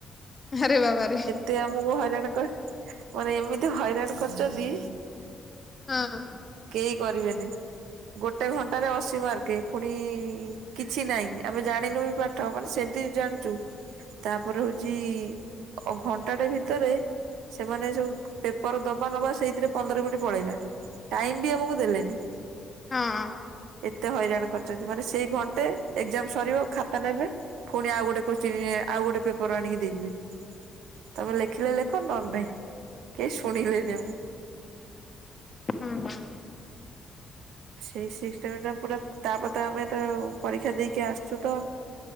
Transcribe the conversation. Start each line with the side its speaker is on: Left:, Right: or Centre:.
Left: ଆରେ ବାବାରେ।
Right: ତେ ଆମକୁ ହଇରାଣ କରି ମାନେ ଏମିତି ହଇରାଣ କରିଛନ୍ତି
Left: ହଁ
Right: କେହି କରିବେନି। ଗୋଟେ ଘଣ୍ଟାରେ ଅଶି ମାର୍କେ ପୁଣି କିଛି ନାହିଁ। ଆମେ ଜାଣିନୁ ବି ପା ତା ମାନେ ସେମତି ଜାଣିଚୁ। ତାପରେ ହଉଚି ଘଣ୍ଟାଟେ ଭିତରେ ସେମାନେ ଯୋଉ ପେପର ଦବା ନବା ସେଇଥିରେ ପନ୍ଦର ମିନିଟ ପଳେଇଲା। ଟାଇମ ବି ଆମକୁ ଦେଲେନି।
Left: ହଁ।
Right: ଏତେ ହଇରାଣ କରିଛନ୍ତି। ମାନେ ସେଇ ଘଣ୍ଟେ ଏକ୍ଜାମ ସରିବ ଖାତା ନେବେ ପୁଣି ଆଉ ଗୋଟେ କୋଶ୍ଚିନ ଆଉ ଗୋଟେ ପେପର ଆଣିକି ଦେଇଯିବେ। ତମେ ଲେଖିଲେ ଲେ ନହେଲେ ନେଇ କେଇ ଶୁଣିଲେ ନାଇ
Left: ହୁଁ ହୁଁ।
Right: ସେଇ ସିକ୍ସଟେମିଟା ପୁରା ତାପରେ ତ ଆମେ ତ ପରୀକ୍ଷା ଦେଇକି ଆସଛୁ ତ।